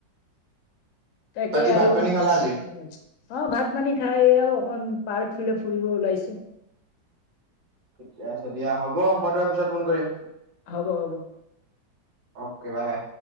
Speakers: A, on the left; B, on the right.
A: তাকে
B: বাকী
A: আৰু।
B: ভাত পানী খালা আজি?
A: অ', ভাত পানী খাই আৰু অকন পাৰ্ক ফুলে ফুৰিব ওলাইছো।
B: ঠিকে আছে দিয়া হ'ব মই তোক পিছত ফোন কৰিম।
A: হ'ব, হ'ব।
B: অকে বাই, বাই।